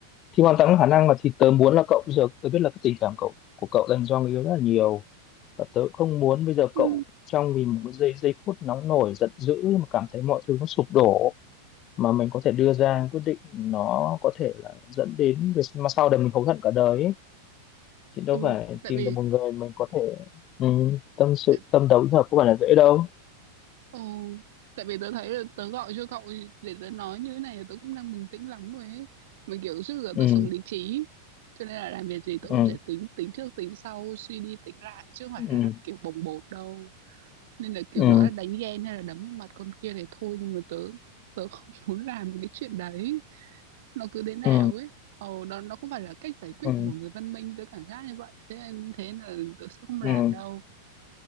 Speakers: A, on the left; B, on the right.
A: thì hoàn toàn có khả năng mà thì tớ muốn là cậu bây giờ tớ biết là cái tình cảm cậu của cậu dành cho người yêu rất là nhiều và tớ không muốn bây giờ
B: Ừ,
A: cậu trong vì một cái giây giây phút nóng nổi giận dữ mà cảm thấy mọi thứ nó sụp đổ mà mình có thể đưa ra quyết định nó có thể là dẫn đến việc mà sau này mình hối hận cả đời ấy. Thì đâu
B: ừ
A: phải
B: tại
A: tìm
B: vì
A: được một người mình có thể ừ, tâm sự
B: tự
A: tâm đầu ý hợp có phải là dễ đâu
B: Ồ, tại vì tớ thấy là tớ gọi cho cậu để tớ nói như thế này là tớ cũng đang bình tĩnh lắm rồi ấy. Mình kiểu trước giờ
A: ừ
B: tớ sống lý trí, cho nên là làm việc gì tớ cũng
A: ừ
B: sẽ tính tính trước tính sau, suy đi tính lại chứ không phải
A: ừ
B: là kiểu bồng bột đâu. Nên là kiểu
A: ừ
B: nói là đánh ghen hay là đấm vào mặt con kia thì thôi nhưng mà tớ tớ không <laughs> muốn làm cái chuyện đấy. Nó cứ thế nào
A: ừ
B: ấy. Ồ, đó nó không phải là cách giải quyết
A: ừ
B: của một người văn minh tớ cảm giác như vậy. Thế nên thế nên là tớ sẽ không làm
A: ừ
B: đâu.